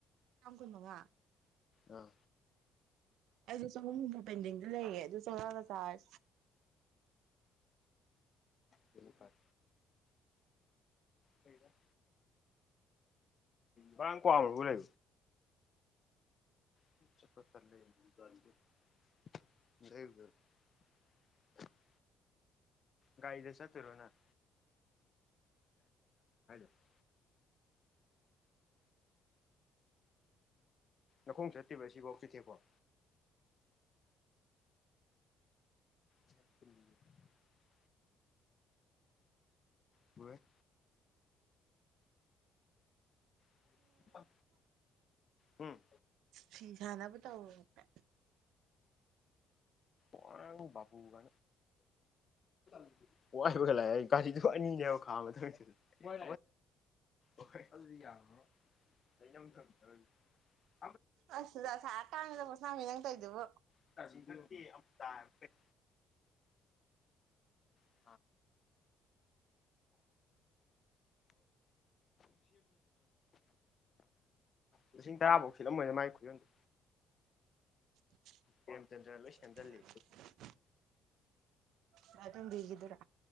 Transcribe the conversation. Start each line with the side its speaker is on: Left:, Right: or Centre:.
Right: ꯆꯥꯝ ꯀꯨꯟꯃꯉꯥ
Left: ꯑꯥ
Right: ꯑꯩꯁꯨ ꯆꯍꯨꯝ ꯍꯨꯝꯐꯨ ꯄꯦꯟꯗꯤꯡꯗ ꯂꯩꯔꯦ ꯑꯗꯨ ꯆꯪꯉꯥꯒ ꯆꯥꯔ
Left: ꯁꯤꯅꯤ ꯐꯥꯏ ꯀꯩꯕ ꯔꯥꯡ ꯀꯋꯥ ꯂ <unintelligible> <unintelligible> ꯒꯥꯔꯤꯗ ꯆꯠꯇꯨꯏꯔꯣ ꯅꯪ <unintelligible> ꯅꯈꯣꯡ ꯆꯠꯇꫭꯏꯕ ꯑꯁꯤꯐꯥꯎ ꯆꯨꯊꯦꯛꯕꯥꯎ <inaudible> ꯄꯨꯔꯦ <unintelligible> ꯎꯝ
Right: ꯐꯤꯁꯥꯅꯕ ꯇꯧꯔꯨꯏ ꯍꯥꯏꯐꯦꯠ
Left: ꯍꯔꯥꯡ ꯕꯨꯨꯒ <unintelligible> ꯋꯥꯏꯕꯒ ꯂꯥꯛꯑ ꯒꯥꯔꯤꯗꯨ ꯑꯅꯤꯅꯦꯕ ꯈꯥꯝꯃꯤꯗꯨ ꯍꫭꯏ ꯑꯗꯨꯗꯤ ꯌꯥꯔꯝ ꯃꯔꫭꯏ
Right: ꯑꯁ ꯅꯨꯡꯁꯥ ꯁꯥꯔꯀꯥꯟꯖꯤꯗ ꯄꫭꯁꯥꯝꯕꯤ ꯅꯪ ꯇꯧꯏꯗꯨꯕꯨ
Left: <unintelligible> <unintelligible> <unintelligible> ꯂꯤꯁꯤꯡ ꯇꯔꯥꯐꯧ ꯁꯤꯜꯂꯝ ꯑꯣꯏꯅ ꯃꯥꯏ ꯈꯨ ꯌꯣꯟꯗꯦ
Right: <inaudible>
Left: ꯄ꯭ꯔꯦꯝꯆꯟꯗ꯭ꯔ ꯂꯣꯏ ꯁꯦꯝꯖꯤꯜꯂꯤ
Right: ꯀꯥꯗꯨꯝꯕꯤꯒꯤꯗꯨꯔꯥ